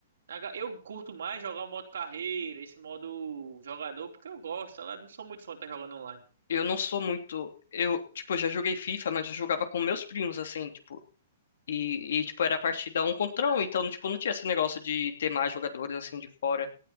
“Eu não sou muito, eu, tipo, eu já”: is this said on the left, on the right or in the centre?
Left